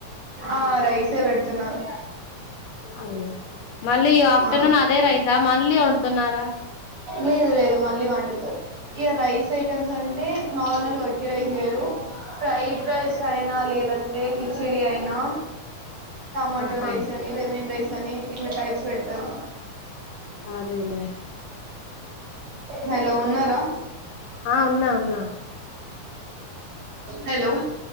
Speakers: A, on the right; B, on the left.
A: ఆ రైసే పెడుతున్నారు
B: అయ్యో మళ్ళీ ఆఫ్టర్నూన్
A: ఆ
B: అదే రైసా మళ్ళీ వండుతున్నారా
A: లేదు లేదు మళ్ళీ వండుతరు ఇగ రైస్ ఐటమ్స్ అంటే నార్మల్ వట్టి రైస్ జెయరు ఫ్రైడ్ రైస్ అయినా లేదంటే కిచిడి అయినా నా. టమాటో
B: ఆహా
A: రైస్ అని లెమెన్ రైస్ అని ఇట్లా టైప్స్ తరు
B: అదెలే
A: హలో ఉన్నారా
B: ఆ ఉన్నా ఉన్నా
A: హలో